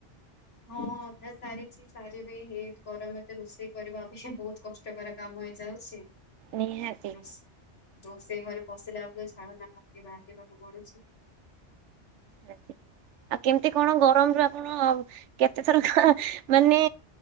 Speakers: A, on the left (about 80°); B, on the right (about 80°).
A: ହଁ ଅଧା ସାରିଛି ସାରିବି ହେଇ ଗରମତେ ରୋଷେଇ କରିବା ଅଛି ବହୁତ କଷ୍ ଟ କର କାମ ହେଇଯାଉଛି।
B: ନିହାତି।
A: ରୋଷ୍ ରୋଷେଇ ଘରେ ପଶିଲା ବେଳକୁ ଏଇ ଝାଳନାଳ ହେଇକି ବାହାରି ଯିବାକୁ ପଡ଼ୁଛି।
B: ଆଉ କେମିତି କଣ ଗରମରୁୁ ଆପଣ କେତେ ଥର କଁ ମାନେ